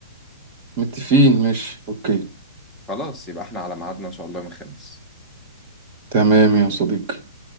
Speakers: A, on the right; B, in the centre.
A: متفقين ماشي اوكي
B: خلاص يبقى احنا على ميعادنا ان شاء الله يوم الخميس
A: تمام يا صديقي